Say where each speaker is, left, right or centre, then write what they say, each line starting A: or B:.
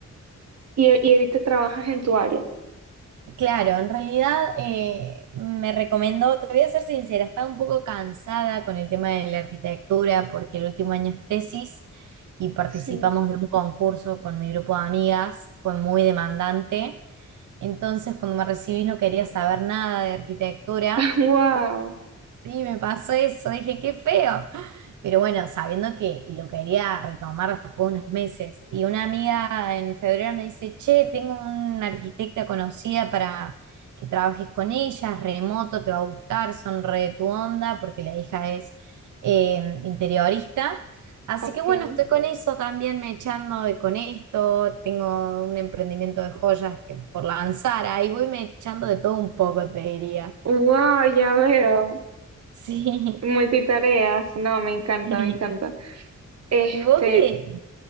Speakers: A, on the right; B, on the right.
A: y, y ahorita trabajas en tu área.
B: Claro, en realidad eh, me recomendó, te voy a ser sincera, estaba un poco cansada con el tema de la arquitectura porque el último año es tesis y participamos
A: Sí.
B: de un concurso con mi grupo de amigas, fue muy demandante, entonces cuando me recibí no quería saber nada de arquitectura
A: <laughs> Wow,
B: Sí, me pasó eso, dije, qué feo. Pero bueno, sabiendo que lo quería retomar después de unos meses. Y una amiga en febrero me dice, che, tengo una arquitecta conocida para que trabajes con ella, es remoto, te va a gustar, son re de tu onda, porque la hija es eh, interiorista. Así
A: ok.
B: que bueno, estoy con eso también, me echando de con esto, tengo un emprendimiento de joyas que por lanzar, ahí voy me echando de todo un poco, te diría.
A: Wow, ya veo.
B: Sí.
A: Multitareas. No, me encanta,
B: <laughs>
A: me encanta. Este,
B: Y vos de,